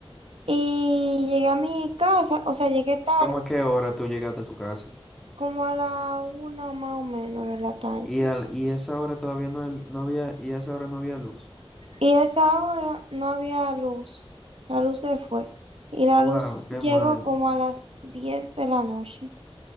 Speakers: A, on the right; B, in the centre.
A: Y llegué a mi casa, o sea, llegué tarde,
B: ¿Cómo que hora tú llegaste a tu casa?
A: como a la una más o menos de la tarde.
B: Y al y esa hora todavía no, el- no había y a esa hora no había luz.
A: Y esa hora no había luz, la luz se fue y la
B: Wow,
A: luz
B: qué
A: llegó
B: mal.
A: como a las 10 de la noche.